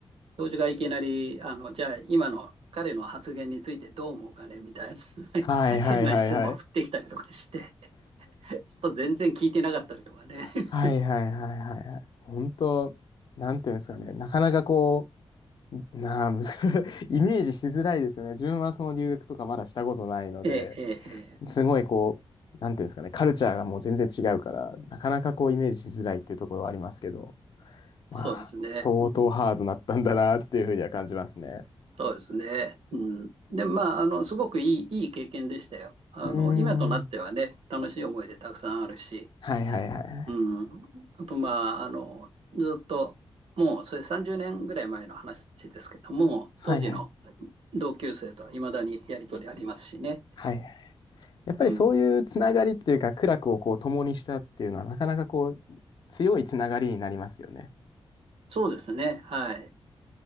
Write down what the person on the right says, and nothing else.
教授がいきなり、あの、じゃあ今の彼の発言についてどう思うかねみたいな <laughs>
変な質問を振ってきたりとかして、<laughs> ちょっと全然聞いてなかったりとかね。<laughs>
ええ、ええ、ええ
そうですね。
うん、そうですね。うん、で、まあ、あの、すごくいい、いい経験でしたよ。あの、
今となってはね、
楽しい思い出たくさんあるし、
うん。あと、まあ、あの、ずっと、もう、それ30年ぐらい前の話ですけども、
当時の同級生とはいまだにやりとりありますしね。
うん。
そうですね。はい。